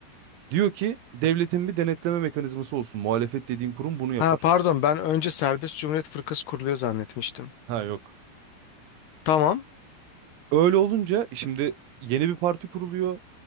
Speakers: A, on the right; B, on the left.
A: Diyor ki devletin bir denetleme mekanizması olsun. Muhalefet dediğin kurum bunu yapar.
B: Ha pardon ben önce Serbest Cumhuriyet Fırkası kuruluyor zannetmiştim.
A: Ha yok.
B: Tamam.
A: Öyle olunca şimdi yeni bir parti kuruluyor.